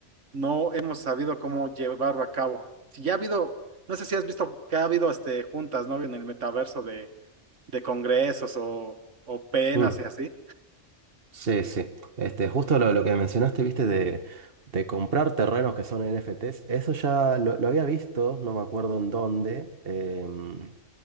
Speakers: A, on the right (about 85°); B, on the right (about 50°).
A: no hemos sabido cómo llevarlo a cabo. Si ya ha habido, no sé si has visto que ha habido este, juntas, ¿no? En el metaverso de, de congresos o, o penas
B: Mm.
A: y así.
B: Sí, sí. Este, justo lo, lo que mencionaste, viste, de, de comprar terrenos que son NFTs, eso ya lo, lo había visto, no me acuerdo en dónde, em,